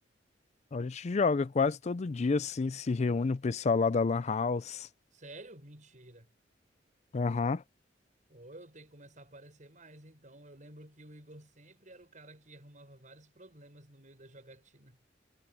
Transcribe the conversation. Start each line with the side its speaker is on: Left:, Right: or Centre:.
Left: A gente joga quase todo dia, assim, se reúne o pessoal lá da Lan House.
Right: Sério? Mentira.
Left: Aham.
Right: Ou eu tenho que começar a aparecer mais, então. Eu lembro que o Igor sempre era o cara que arrumava vários problemas no meio da jogatina.